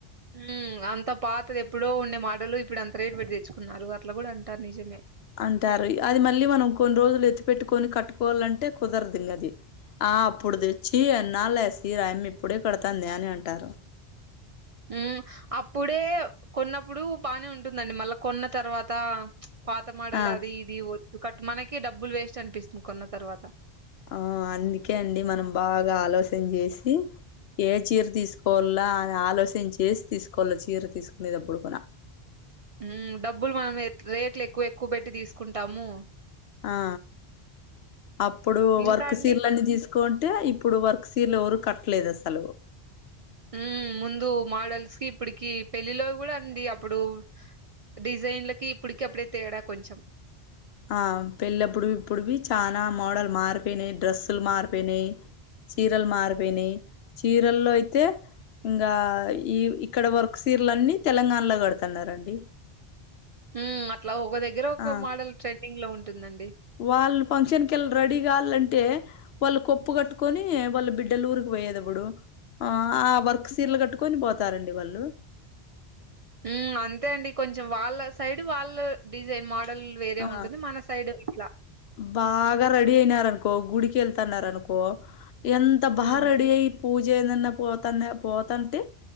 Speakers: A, on the right; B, on the left.
A: ఊ అంత పాతది ఎప్పుడో ఉండే మాడలు ఇప్పుడు అంత రేటు పెట్టి తెచ్చుకున్నారు అట్ల కూడా అంటారు నిజమే.
B: అంటారు. అది మళ్ళీ మనం కొన్ని రోజులు ఎత్తి పెట్టుకొని కట్టుకోవాలంటే కుదరదు ఇంగా అది. ఆ అప్పుడు తెచ్చి ఎన్నాళ్ళయ్యా సీర ఆయమ్మ ఇప్పుడే కడతాంది అని అంటారు
A: ఊ అప్పుడే కొన్నప్పుడు బానే ఉంటుందండి మళ్ళా కొన్న తర్వాత పాత మాడల్
B: ఆ
A: అది ఇది వద్దు కట్ మనకే డబ్బులు వేస్ట్ అనిపిస్తుంది కొన్న తర్వాత
B: ఆ అందుకే అండి మనం బాగా ఆలోచన్ జేసి ఏ చీర తీసుకోవాల్లా అని ఆలోచన చేసి తీసుకోవాల చీర తీసుకునేటప్పుడు కూడా
A: ఊ డబ్బులు మనము రేట్లు ఎక్కువ ఎక్కువ పెట్టి తీసుకుంటాము
B: ఆ అప్పుడు
A: ఇంకా
B: వర్క్
A: అండి
B: సీరలన్నీ తీసు కుంటే ఇప్పుడు వర్క్ సీరలు ఎవరు కట్టలేదు అసలు.
A: ఊ ముందు మోడల్స్ కి ఇప్పడికి పెళ్ళిలో కూడా అండి అప్పుడు డిజైన్లకి ఇప్పటికి అప్పుడే తేడా కొంచెం.
B: ఆ పెళ్లప్పుడు ఇప్పుడువి చానా మోడల్ మారిపోయినయి, డ్రెస్సులు మారిపోయినయి. చీరలు మారిపోయినయి. చీరల్లో అయితే ఇంగా ఈ ఇక్కడ వర్క్ సీర్లన్నీ తెలంగాణలో కడతన్నారండి
A: ఊ అట్లా ఒగో దగ్గర ఒకో
B: ఆ
A: మోడల్ ట్రెండింగ్ లో ఉంటుందండి.
B: వాళ్ళు ఫంక్షన్ కెళ్ళి రెడీ కావాలంటే వాళ్ళు కొప్పు కట్టుకొని వాళ్ళ బిడ్డల ఊరికి పోయేదప్పుడు ఆ ఆ వర్క్ సీరలు కట్టుకొని పోతారండి వాళ్ళు.
A: ఊ అంతే అండి కొంచెం వాళ్ళ సైడ్ వాళ్ళ డిజైన్ మోడల్ వేరే
B: ఆ
A: ఉంటుంది. మన సై సైడ్ ఇట్లా.
B: బాగా రెడీ అయినారనుకో గుడికెళ్తన్నారు అనుకో ఎంత బా
A: హ్మ్
B: రెడీ అయి పూజెందన్నా పోతన్న పోతంటే